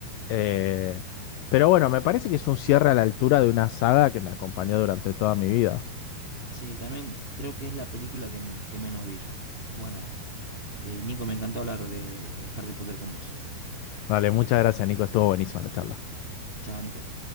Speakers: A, on the left (about 85°); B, on the right (about 35°).
A: eh, pero bueno, me parece que es un cierre a la altura de una saga que me acompañó durante toda mi vida.
B: Sí, también creo que es la película que, m- que menos vi yo. Bueno, eh, Nico, me encantó hablar de, de Harry Potter con vos.
A: Dale, muchas gracias, Nico, estuvo buenísima la charla.
B: Chao, Nico.